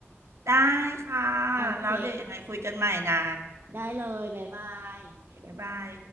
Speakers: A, on the right; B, on the right.
A: ได้ค่ะ
B: โอเค
A: แล้วเดี๋ยวยังไงคุยกันใหม่นะ
B: ได้เลยบ๊ายบาย
A: บ๊ายบาย